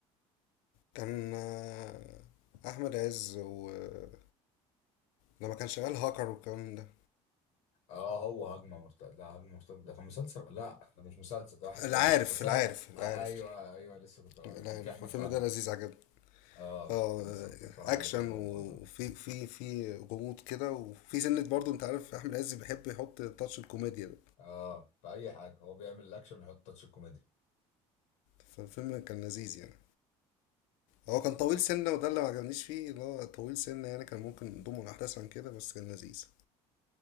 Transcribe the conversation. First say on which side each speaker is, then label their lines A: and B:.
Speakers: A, on the left; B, on the left.
A: كان آه، احمد عز ولما كان شغال هاكر والكلام ده
B: اه هو هجمه مرتد لا هجمه مرتد ده كان مسلسل لا ده مش مسلسل ده واحد تاني
A: العارف
B: بس
A: العارف
B: انا آه،
A: العارف
B: ايوه ايوه لسه كنت اقول
A: العارف
B: لك اللي فيه احمد
A: الفيلم
B: فهمي
A: ده لذيذ عجبني
B: اه
A: اه
B: أنا
A: آه،
B: لسه كنت بتفرج
A: اكشن
B: عليه برضه
A: وفي
B: من فتره
A: في في غموض كده وفي سنة برضه انت عارف احمد عز بيحب يحط تاتش الكوميديا ده
B: اه في اي حاجه هو بيعمل الاكشن ويحط تاتش الكوميديا
A: فالفيلم كان لذيذ يعني هو كان طويل سنة وده اللي ما عجبنيش فيه اللي هو طويل سنة يعني كان ممكن نضمه الأحداث عن كده بس كان لذيذ